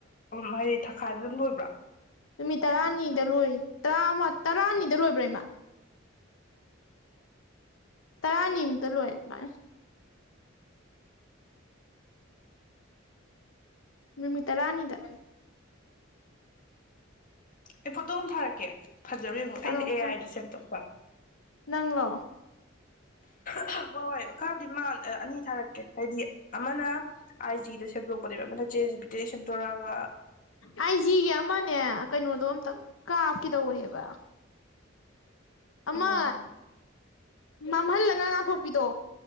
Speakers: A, on the left; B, on the left.
A: ꯍꯥꯏꯗꯤ ꯊꯥꯈꯥꯏꯗ ꯑꯗꯨꯝ ꯂꯣꯏꯕ꯭ꯔꯥ
B: ꯅꯨꯃꯤꯠ ꯇꯔꯥꯅꯤꯗ ꯂꯣꯏ ꯇꯔꯥꯃ ꯇꯔꯥꯅꯤꯗ ꯂꯣꯏꯕ꯭ꯔꯥ ꯏꯃꯥ ꯇꯔꯥꯅꯤꯃꯨꯛꯇ ꯂ‌ꫭꯏ ꯑꯗꯥꯏꯅ ꯅꯨꯃꯤꯠ ꯇꯔꯥꯅꯤꯗ
A: ꯑꯩ ꯐꯣꯇꯣ ꯑꯃ ꯊꯥꯔꯛꯀꯦ ꯐꯖꯕ ꯌꯦꯡꯉꯨ
B: ꯊꯥꯔꯛꯑꯣ
A: ꯑꯩꯁꯦ ꯑꯦ ꯑꯥꯏꯗ ꯁꯦꯝ ꯇꯧꯄ
B: ꯅꯪꯂꯣ
A: ꯍ‌ꫭꯏ ꯍ‌ꫭꯏ ꯈꯔꯕꯨꯗꯤ ꯑꯅꯤ ꯊꯥꯔꯛꯀꯦ ꯍꯥꯏꯗꯤ ꯑꯃꯅ ꯑꯥꯏ ꯖꯤꯗ ꯁꯦꯝꯗꯣꯛꯄꯅꯦꯕ ꯑꯃꯅ ꯆꯦ ꯖꯤꯕꯤꯗꯩꯩ ꯁꯦꯝꯗꯣꯔꯛꯑꯒ
B: ꯑꯥꯏꯖꯤꯒꯤ ꯑꯃꯅꯦ ꯀꯩꯅꯣꯗꯣ ꯑꯝꯇ ꯀꯥꯞꯀꯗꯧꯔꯤꯕ ꯑꯃ
A: ꯎꯝ
B: ꯃꯝꯍꯜꯂꯒꯥ ꯉꯥꯟꯊꯣꯛꯄꯤꯗꯣ